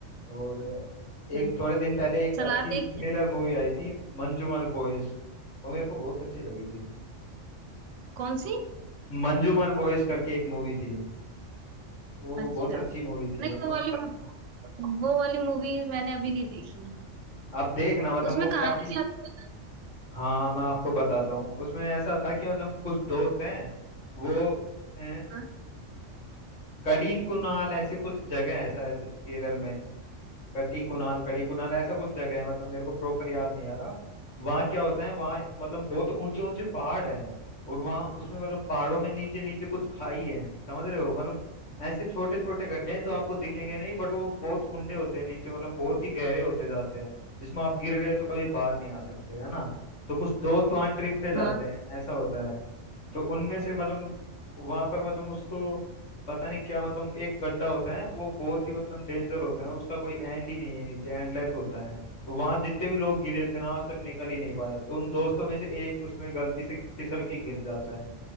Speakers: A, on the left; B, on the right.
A: और एक
B: अच्छा,
A: थोड़े दिन पहले एक
B: सलार
A: अच्छी
B: देखी
A: थ्रिलर
B: है?
A: मूवी आई थी मंजूमल बॉयज वो मेरे को बहुत अच्छी लगी थी
B: कौन सी
A: मंजूमल बॉयज करके एक मूवी थी वो
B: अच्छा
A: बहुत अच्छी मूवी थी
B: नहीं
A: मतलब
B: वो वाली मू- वो वाली मूवी मैंने अभी नहीं देखी
A: आप देखना मतलब
B: उसमें
A: वो
B: कहानी
A: काफी
B: क्या थी
A: हाँ मैं आपको बताता हूँ उसमें ऐसा था कि मतलब कुछ दोस्त हैं वो अ,
B: बताना
A: कड़ी कुनाल ऐसे कुछ जगह है शायद केरल में कटी कुणाल कड़ी कुणाल ऐसा कुछ जगह है मतलब मेरे को प्रॉपर याद नहीं आ रहा वहाँ क्या होता है वहाँ मतलब बहुत ऊंचे ऊंचे पहाड़ है और वहाँ उसमें मतलब पहाड़ों में नीचे नीचे कुछ खाई है समझ रहे हो मतलब ऐसे छोटे छोटे गड्ढे हैं जो आपको दिखेंगे नहीं बट वो बहुत उंडे होते हैं नीचे मतलब बहुत ही गहरे होते जाते हैं जिसमें आप गिर गए तो कभी बाहर नहीं आ सकते है ना तो कुछ दोस्त वहाँ ट्रिप पे जाते
B: हाँ
A: हैं ऐसा होता है तो उनमें से मतलब वहां पर मतलब उसको पता नहीं क्या मतलब एक गड्ढा होता है वो बहुत ही मतलब डेंजर होता है उसका कोई एंड ही नहीं है नीचे एंडलेस होता है तो वहां जितने भी लोग गिरे थे ना आज तक निकल ही नहीं पाए तो उन दोस्तों में से एक उसमें गलती से फिसल के गिर जाता है